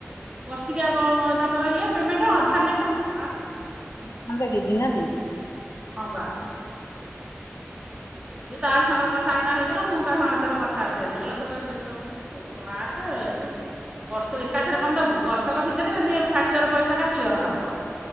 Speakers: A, on the left; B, on the right.
A: ହୁଁ।
B: ହେଠିକା କଁ ତାଙ୍କର ଇଏ ପେମେଣ୍ଟ ଅଧା ନେବେ ଆଁ
A: <inaudible> ମୁ କ କି ଦି ନାନ୍ତି
B: ହଁ ବା। ସିଏ ତା ସାଙ୍ଗରେ କଥାବାର୍ତ୍ତା ହେଇଥିଲା ମୁଁ ତା ସାଙ୍ଗରେ ଥରେ କଥାବାର୍ତା ହେଇଥିଲି କହିଲା ତୁ କାଇଁ ବ୍ୟସ୍ତ ହଉଚୁ। ତୁ ଆସେ ତୁ ବର୍ଷ ଏକାଥରେ କଣ ଦବୁ ବର୍ଷକ ଭିତରେ ଯେମିତି ଫାଷ୍ଟ ଇୟର ପଇସାଟା କ୍ଲିଅର ହବ।